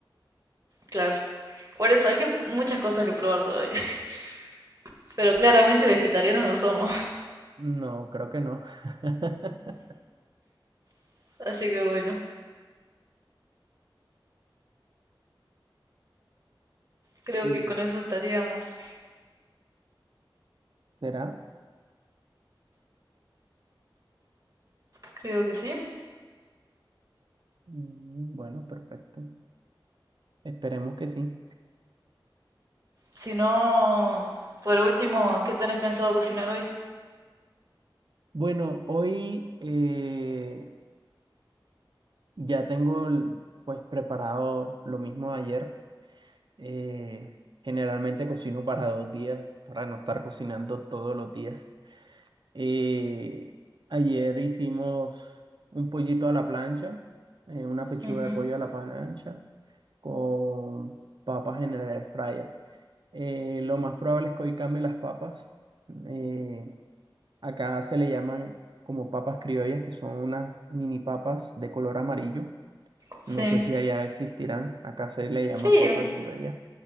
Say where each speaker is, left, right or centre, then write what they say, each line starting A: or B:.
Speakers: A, on the right; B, on the right.
A: Claro. Por eso hay que muchas cosas que probar todavía. <laughs> Pero claramente vegetarianos no somos.
B: No, creo que no. <laughs>
A: <laughs> Así que bueno, creo
B: ¿Y
A: que con eso estaríamos.
B: será?
A: Creo que sí.
B: Mm, Bueno, perfecto. Esperemos que sí.
A: Si no, por último, ¿qué tenés pensado cocinar hoy?
B: Bueno, hoy, eh, Ya tengo el- pues preparado lo mismo de ayer. Eh, generalmente cocino para dos días, para no estar cocinando todos los días. Eh, ayer hicimos un pollito a la plancha, eh, una pechuga
A: Ujú,
B: de pollo a la plancha con papas en el air fryer. Eh, lo más probable es que hoy cambie las papas. Eh, acá se le llaman como papas criollas, que son unas mini papas de color amarillo
A: Sí,
B: no sé si allá existirán. Acá se le llama
A: sí,
B: papa criolla.